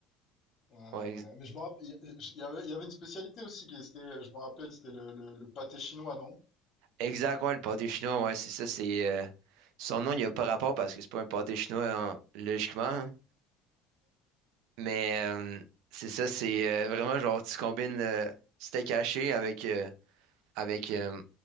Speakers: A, on the left; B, on the right.
A: Ouais, ouais.
B: Ouais, ex-
A: Mais je me rappelle, il y, il y avait, il y avait une spécialité aussi qui était, je me rappelle, c'était le, le, le pâté chinois, non?
B: exact, ouais, le pâté chinois, ouais, c'est ça, c'est... euh, Son nom, il n'y a pas rapport parce que c'est pas un pâté chinois, hein, logiquement. hein. Mais euh, c'est ça, c'est euh, vraiment genre, tu combines le steak haché avec, euh, avec euh,